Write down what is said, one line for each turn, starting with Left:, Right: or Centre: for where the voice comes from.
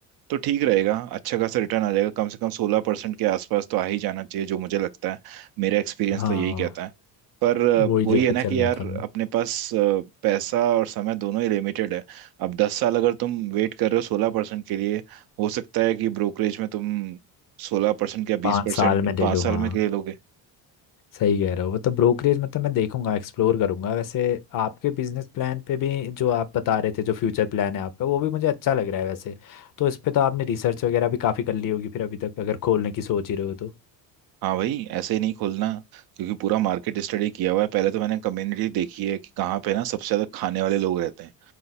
Right: तो ठीक रहेगा अच्छा खासा रिटर्न आ जाएगा कम से कम सोलह परसेंट के आसपास तो आ ही जाना चाहिए जो मुझे लगता है मेरा एक्सपीरियंस
Left: हाँ
Right: तो यही कहता है पर अ,
Left: वो ही
Right: वही
Left: लेके
Right: है ना
Left: चल
Right: कि
Left: रहा
Right: यार
Left: था मैं
Right: अपने पास अ, पैसा और समय दोनों ही लिमिटेड है अब दस साल अगर तुम वेट कर रहे हो सोलह परसेंट के लिए हो सकता है कि ब्रोकरेज में तुम सोलह परसेंट या
Left: पाँच
Right: बीस परसेंट
Left: साल में ले
Right: पाँच
Left: लूँ
Right: साल
Left: हाँ
Right: में के लिए लोगे
Left: सही कह रहे हो मतलब ब्रोकरेज मतलब मैं देखूंगा एक्सप्लोर करूंगा वैसे आपके बिजनेस प्लान पे भी जो आप बता रहे थे जो फ्यूचर प्लान है आपका वो भी मुझे अच्छा लग रहा है वैसे तो इस पे तो आपने रिसर्च वगैरह भी काफ़ी कर ली होगी फिर अभी तक अगर खोलने की सोच ही रहे हो तो
Right: हाँ भाई ऐसे ही नहीं खोलना क्योंकि पूरा मार्केट स्टडी किया हुआ है पहले तो मैंने कम्युनिटी देखी है कि कहाँ पे ना सबसे ज्यादा खाने वाले लोग रहते हैं